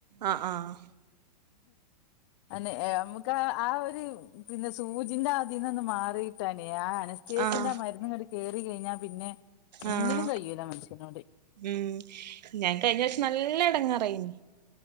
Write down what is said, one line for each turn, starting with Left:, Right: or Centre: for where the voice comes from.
Right: ആ ആ ആ
Left: അല്ലേ നമുക്ക് ആ ഒരു പിന്നെ സൂചിന്റെ അതിൽ നിന്ന് ഒന്ന് മാറി കിട്ടാനെ ആ അനസ്തേഷ്യന്റെ
Right: ആഹ്
Left: ആ മരുന്നുകയറി കഴിഞ്ഞാൽ പിന്നെ ഒന്നിനും
Right: ആഹ്
Left: കഴിയൂല മനുഷ്യന്ക്ക്
Right: ഉം ഞാൻ കഴിഞ്ഞ വർഷം നല്ല എടങ്ങാറായിരുന്നു